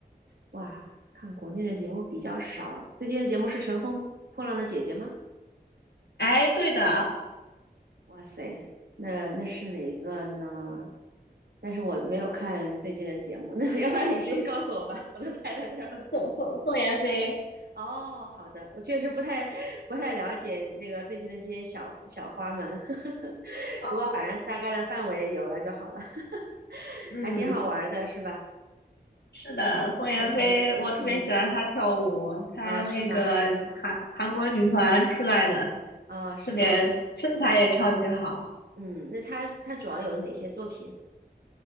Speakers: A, on the right; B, on the left.
A: 哇，看国内的节目比较少。最近的节目是《乘风破浪的姐姐》吗？
B: 哎，对的，
A: 哇塞，那那是哪个呢？但是我没有看最近的节目，那要不然你直接告诉我吧，我都猜到这儿了。
B: <laughs> 宋宋宋妍霏，
A: 哦，好的，我确实不太不太了解那个最近的这些小小花们，<laughs>
B: 哦，
A: 不过反正大概的范围有了就好了，<laughs>
B: <laughs> 嗯，
A: 还挺好玩儿的，是吧？
B: 是的，宋妍霏，
A: 对对，
B: 我特别喜欢她跳舞，
A: 嗯，
B: 她那个韩韩国女团出来的，
A: 啊、是吗？啊、是吗？
B: 特别身材也超级好。
A: 嗯，那他他主要有哪些作品？